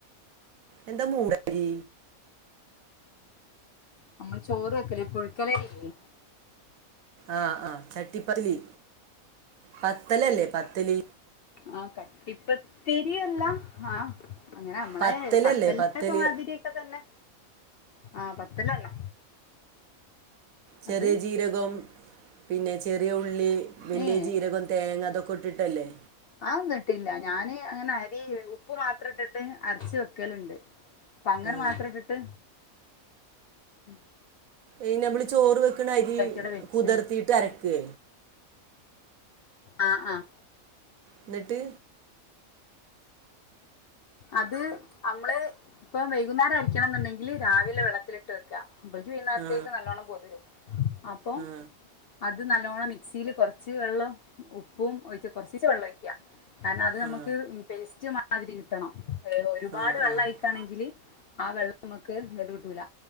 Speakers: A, on the right (about 75°); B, on the left (about 65°).
A: എന്താ മൂടരി
B: നമ്മള് ചോറ് വെക്കലേ പുഴുക്കലരില്ലേ
A: ആഹ് ആഹ് ചട്ടിപ്പതിലി പത്തല് അല്ലേ പത്തല്
B: ആഹ് കട്ടിപ്പത്തിരിയല്ല ആഹ് അങ്ങനെ നമ്മളെ
A: പത്തലല്ലേ
B: പത്തൽ
A: പത്തല്
B: ന്റെ ഒക്കെ മാതിരിയൊക്കെ തന്നെ ആ പത്തലന്നെ
A: ചെറിയ
B: അത്
A: ജീരകം പിന്നെ ചെറിയ ഉള്ളി വലിയ
B: ഏഹ്
A: ജീരകം തേങ്ങ അതൊക്കെ ഇട്ടിട്ടല്ലേ
B: ആഒന്നിട്ടില്ല ഞാന് അങ്ങനെ അരി ഉപ്പ് മാത്രം ഇട്ടിട്ട് അരച്ച് വെക്കലണ്ട് അപ്പ അങ്ങനെ
A: ഉം.
B: മാത്രം ഇട്ടിട്ട് ഉം
A: എനെ നമ്മള് ചോറ് വെക്കണ അരി
B: അവിടെ വെച്ച്ണ്
A: കുതർത്തീട്ട് അരക്കേ
B: ആഹ് ആഹ്
A: എന്നിട്ട്
B: അത് നമ്മള് ഇപ്പ വൈകുന്നേരം അരക്കണെന്നുണ്ടെങ്കില് രാവിലെ വെള്ളത്തിലിട്ട് വെക്ക അപ്പോഴേക്കും വൈനാരത്തേക്ക്
A: ആ
B: നല്ലോണ്ണം പൊതിരും അപ്പൊ
A: ആ
B: അത് നല്ലോണം മിക്സില് കൊറച്ച് വെള്ളം ഉപ്പും ഒഴിച്ച് കുറച്ചീശ്ശേ വെള്ളം ഒഴിക്ക കാരണം അത് നമുക്ക്
A: ആ
B: ഉം പേസ്റ്റ് മാതിരി കിട്ടണം ഏഹ് ഒരുപാട്
A: ആ ആ
B: വെള്ളം
A: ആ
B: ഒഴിക്കാണെങ്കില് ആ വെള്ളം നമുക്ക് നെടുകിട്ടൂല